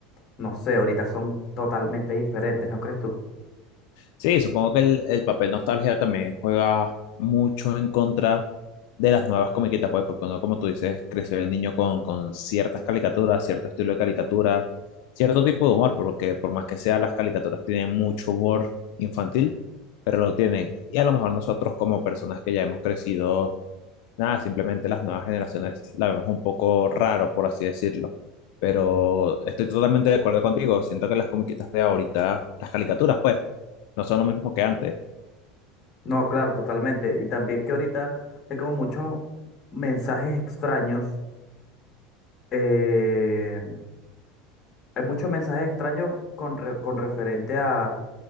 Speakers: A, on the left; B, on the left.
A: no sé, ahorita son totalmente diferentes, ¿no crees tú?
B: sí, supongo que el, el papel nostalgia también juega mucho en contra de las nuevas comiquitas, pues, porque uno, como tú dices, creció el niño con, con ciertas caricaturas, cierto estilo de caricatura, cierto tipo de humor, porque por más que sea, las caricaturas tienen mucho humor infantil, pero lo tienen. Y a lo mejor nosotros como personas que ya hemos crecido Nada, simplemente las nuevas generaciones la vemos un poco raro, por así decirlo. Pero estoy totalmente de acuerdo contigo. Siento que las comiquitas de ahorita, las caricaturas, pues, no son lo mismo que antes.
A: No, claro, totalmente. Y también que ahorita hay como muchos mensajes extraños, eh, hay muchos mensajes extraños con, re- con referente a